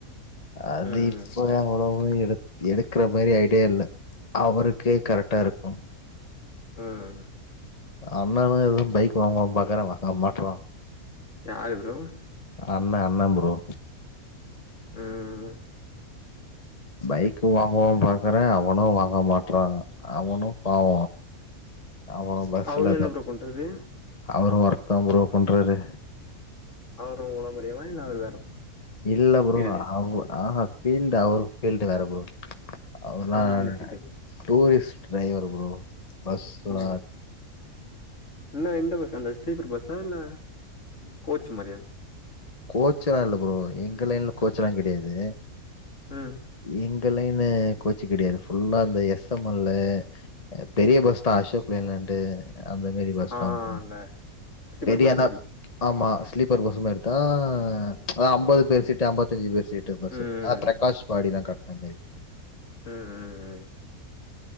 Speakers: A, on the left; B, on the left.
A: அது
B: ம்
A: இப்ப அவ்வளவு எடுத்து எடுக்குற மாதிரி ஐடியா இல்ல அவருக்கே கரக்டா இருக்கும்
B: ம்
A: அண்ணனு எதுவு பைக் வாங்குவானு பாக்கற வாங்க மாட்றா
B: யாரு ப்ரோ
A: அண்ண அண்ண ப்ரோ
B: ம்
A: பைக்கு வாங்குவ பாக்குற அவனு வாங்க மாட்ற அவனு பாவ ஆமா பஸ்ல
B: அவரு என்ன
A: தா
B: ப்ரோ பண்றாரு
A: அவரு ஒர்க் தா ப்ரோ பண்றாரு
B: அவரு உங்கள மாறியேவா இல்ல அவரு வேற
A: இல்ல ப்ரோ
B: ஃபீல்டு
A: அவ் ஆ ஃபீல்டு அவர் ஃபீல்டு வேற ப்ரோ அவருளா
B: அவரு என்ன ஃபீல்டு
A: டூரிஸ்ட் ட்ரைவர் ப்ரோ பஸ்லா
B: ஓ என்ன இந்த பஸ் அந்த ஸ்லீப்பர் பஸ்ஸா இல்ல கோச் மாரியா
A: கோச்சல்லா இல்ல ப்ரோ எங்க லைன்ல கோச்ச எல்லா கிடையாது
B: ம்
A: எங்க லைன்னு கோச்சி கிடையாது ஃபுல்லா அந்த எஸ் எம் எல்லு பெரிய பஸ் தா அசோக் லேலன்ட்டு அந்த மாரி பஸ்
B: ஆ
A: தா ப்ரோ
B: அந்த ஸ்லீப்பர்
A: பெரியனா
B: பஸ் மாரி
A: ஆமா ஸ்லீப்பர் பஸ் மாரிதா அதா அம்பது பேர் சீட்டு அம்பத்தஞ்சு பேர் சீ ட்டு பஸ்
B: ம்
A: ஆ பிரகாஷ் பாடி தா கட்ன மேரி
B: ம் ம் ம்